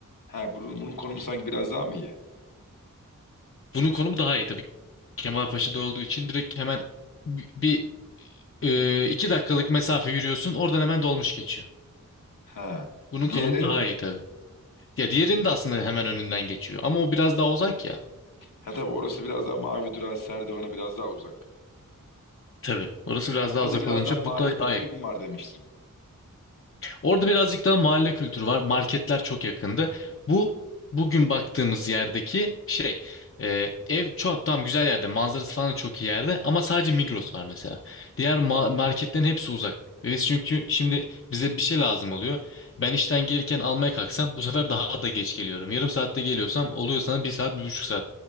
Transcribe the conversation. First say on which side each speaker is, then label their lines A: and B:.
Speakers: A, on the left; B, on the left.
A: ha bunun, bunun konumu sanki biraz daha mı iyi?
B: Bunun konumu daha iyi tabii. Kemalpaşa'da olduğu için direkt hemen bi- bir, e, iki dakikalık mesafe yürüyorsun. Oradan hemen dolmuş geçiyor.
A: Ha.
B: Bunun
A: Diğeri
B: konumu daha iyi tabii. Ya diğerinin de aslında hemen önünden geçiyor. Ama o biraz daha uzak ya.
A: ha tabii orası biraz daha Mavi Durağı Serdivan'a biraz daha uzak.
B: Tabii. Orası biraz daha
A: Orada
B: uzak
A: biraz
B: olunca
A: daha mahalle
B: bu da
A: kültürüm
B: daha
A: var demiştin.
B: Orada birazcık daha mahalle kültürü var. Marketler çok yakındı. Bu bugün baktığımız yerdeki şey e, ev çok tam güzel yerde. Manzarası falan çok iyi yerde ama sadece Migros var mesela. Diğer ma- marketlerin hepsi uzak. Evet çünkü şimdi bize bir şey lazım oluyor. Ben işten gelirken almaya kalksam bu sefer daha da geç geliyorum. Yarım saatte geliyorsam oluyor sana bir saat bir buçuk saat.